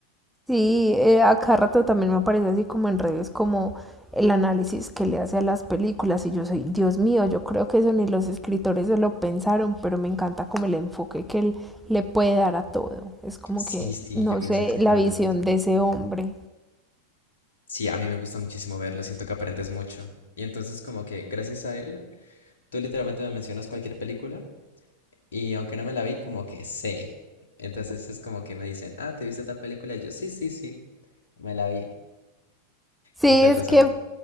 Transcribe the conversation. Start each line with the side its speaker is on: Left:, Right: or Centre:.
Centre: Sí, eh, a cada rato también me aparece así como en redes, como el análisis que le hace a las películas. Y yo soy, Dios mío, yo creo que eso ni los escritores se lo pensaron, pero me encanta como el enfoque que él le puede dar a todo. Es como
Left: Sí,
Centre: que,
Left: sí,
Centre: no
Left: yo pienso
Centre: sé,
Left: exactamente
Centre: la visión
Left: lo mismo.
Centre: de ese hombre.
Left: Sí, a mí me gusta muchísimo verlo, siento que aprendes mucho. Y entonces como que gracias a él, tú literalmente me mencionas cualquier película y aunque no me la vi, como que sé. Entonces es como que me dicen, ah, ¿te viste tal película? Y yo, sí, sí, sí. me la vi.
Centre: Sí,
Left: Y fue
Centre: es
Left: el resumen.
Centre: que